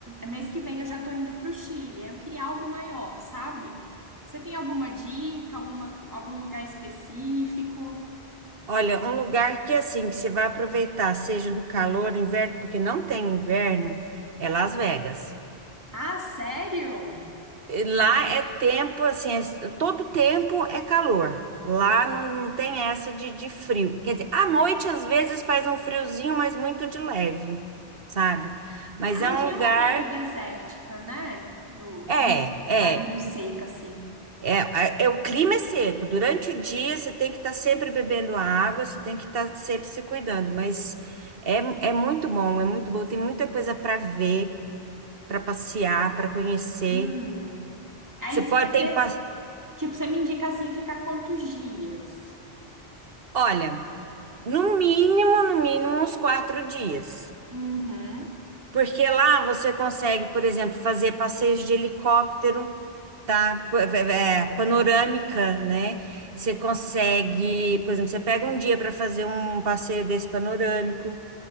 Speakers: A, on the right; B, on the right.
A: mês que vem eu já tô indo pro Chile. Eu queria algo maior, sabe? Você tem alguma dica, alguma, co- algum lugar específico?
B: Olha, um lugar que assim, que você vai aproveitar, seja no calor, inverno, porque não tem inverno, é Las Vegas.
A: Ah, sério?
B: E Lá é tempo, assim, é- todo tempo é calor. Lá não, não tem essa de, de frio. Quer dizer, à noite às vezes faz um friozinho, mas muito de leve, sabe? Mas
A: A
B: é
A: região
B: um lugar.
A: é meio desértica, né? Do,
B: É,
A: ou
B: é.
A: ma- meio seca, assim.
B: É, a- é, o clima é seco. Durante o dia você tem que estar sempre bebendo água, você tem que estar sempre se cuidando, mas é, é muito bom, é muito bom. Tem muita coisa para ver, para passear, para conhecer.
A: Hum. Aí
B: Você
A: você,
B: pode ter, pa-
A: tipo, você me indica assim ficar quantos dias?
B: olha, no mínimo, no mínimo uns quatro dias.
A: Uhum.
B: Porque lá você consegue, por exemplo, fazer passeios de helicóptero, tá? P- é, é, é, panorâmica, né? Você consegue, por exemplo, você pega um dia para fazer um passeio desse panorâmico.